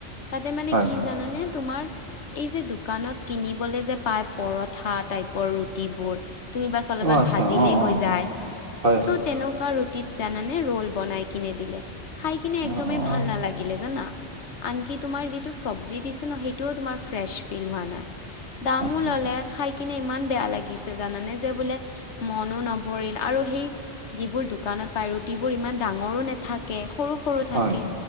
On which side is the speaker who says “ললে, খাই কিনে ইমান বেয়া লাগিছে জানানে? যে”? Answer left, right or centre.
Left